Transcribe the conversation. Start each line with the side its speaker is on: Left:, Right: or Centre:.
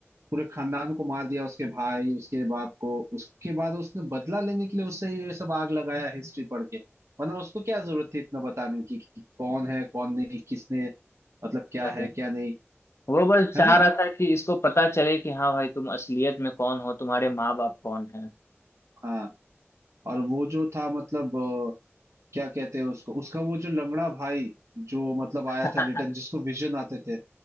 Right: पूरे खानदान को मार दिया उसके भाई उसके बाप को उसके बाद उसने बदला लेने के लिए उससे ये सब आग लगाया हिस्ट्री पढ़ के वरना उसको क्या जरूरत थी इतना बताने की कि कौन है कौन नहीं किसने मतलब क्या
Left: भाई
Right: है क्या नहीं
Left: वो बस चाह
Right: है ना
Left: रहा था कि इसको पता चले कि हाँ भाई तुम असलियत में कौन हो तुम्हारे माँ बाप कौन है
Right: हाँ और वो जो था मतलब अ, क्या कहते हैं उसको उसका वो जो लंगड़ा भाई जो मतलब आया
Left: हाँ
Right: था रिटर्न जिसको विजन आते थे